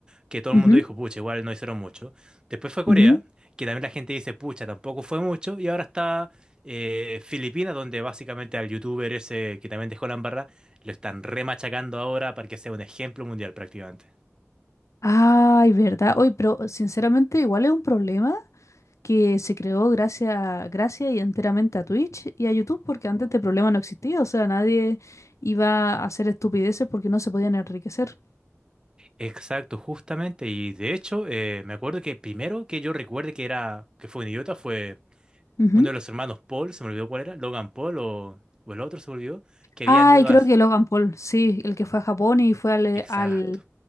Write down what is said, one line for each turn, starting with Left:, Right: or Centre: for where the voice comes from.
Right: que todo
Left: Ujú,
Right: el mundo dijo, pucha, igual no hicieron mucho. Después fue Corea,
Left: ujú.
Right: que también la gente dice, pucha, tampoco fue mucho. Y ahora está eh, Filipinas, donde básicamente al youtuber ese que también dejó la embarra, lo están remachacando ahora para que sea un ejemplo mundial prácticamente.
Left: Ay, ¿verdad? Oye, pero sinceramente igual es un problema que se creó gracias, gracias y enteramente a Twitch y a YouTube, porque antes este problema no existía, o sea, nadie iba a hacer estupideces porque no se podían enriquecer.
Right: Exacto, justamente. Y de hecho, eh, me acuerdo que primero que yo recuerde que era, que fue un idiota fue...
Left: Ujú.
Right: uno de los hermanos Paul, se me olvidó cuál era, Logan Paul o, o el otro se me olvidó, que
Left: Ah,
Right: habían ido
Left: creo
Right: a...
Left: que Logan Paul, sí, el que fue a Japón y fue al,
Right: Exacto.
Left: al-